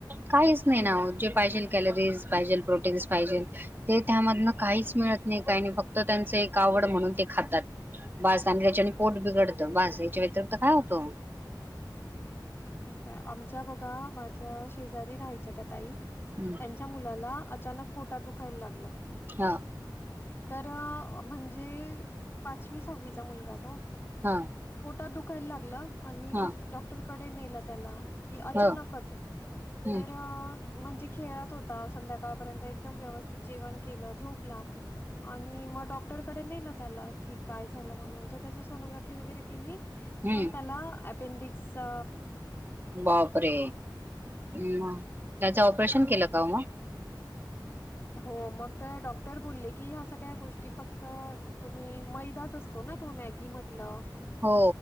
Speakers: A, on the right; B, on the left.
A: काहीच नाही ना हो जे पाहिजेल कॅलरीज पाहिजेल, प्रोटीन्स पाहिजेल ते त्यामधनं काहीच मिळत नाही काही नाही फक्त त्यांचे एक आवड म्हणून ते खातात, बास आणि त्याच्याने पोट बिगडतं बास याच्या व्यतरिक्त काय होतो?
B: हो काय आमच्या बघा माझ्या शेजारी राहायच्या त्या ताई
A: हम्म,
B: त्यांच्या मुलाला अ चानक पोटा दुखायला लागला
A: हा
B: तर अ म्हणजे पाचवी सहावीचा मुलगा तो
A: हा
B: पोटात दु खायला लागलं आणि मग
A: हा
B: डॉक्टरक डे नेला त्याला. कि अचानकत
A: हो हम्म
B: तरं म्हणजे खेळत होता संध्याकाळपर्यंत एकदम व्यवस्थित जेवण केलं, झोपला आणि मग डॉक्टरकडे नेलं त्याला की काय झालं म्हणून तो तसचं सोनोग्राफी वगैरे केली
A: हम्म
B: तर त्याला ऐ पेंडिक्स चा
A: बापरे! म त्याचा ऑपरेशन केला का ओ म?
B: हो मग तर डॉक्टर बोलले की ह्या सगळ्या गोष्टी फक्त तुम्ही मैदाच असतो ना तो मॅगी म्हटलं
A: हो